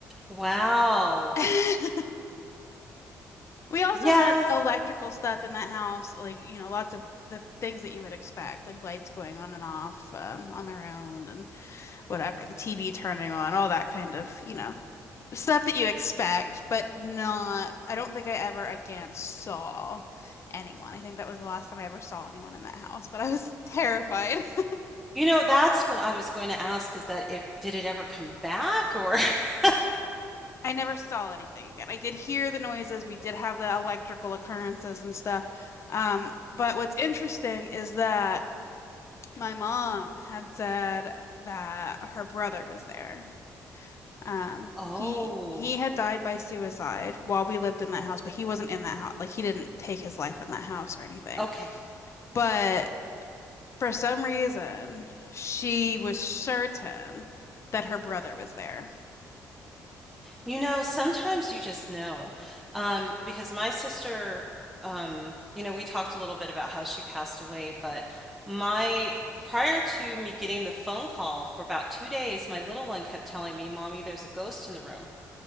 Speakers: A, in the centre; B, on the left (about 45°).
A: Wow.
B: <laughs> We also
A: Yeah.
B: had electrical stuff in that house, like, you know, lots of the things that you would expect, like lights going on and off, um, on their own and whatever, the TV turning on, all that kind of, you know, stuff that you expect, but not, I don't think I ever again saw anyone. I think that was the last time I ever saw anyone in that house, but I was terrified. <laughs>
A: You know, that's what I was going to ask is that if did it ever come back or <laughs>
B: I never saw anything again. I did hear the noises. We did have the electrical occurrences and stuff. Um, but what's interesting is that My mom had said that her brother was there. Um,
A: Oh,
B: he he had died by suicide while we lived in that house, but he wasn't in that house. Like he didn't take his life in that house or anything.
A: okay.
B: But for some reason, she was certain that her brother was there.
A: You know, sometimes you just know. Um, because my sister, um, you know, we talked a little bit about how she passed away, but my prior to me getting the phone call for about two days, my little one kept telling me, Mommy, there's a ghost in the room.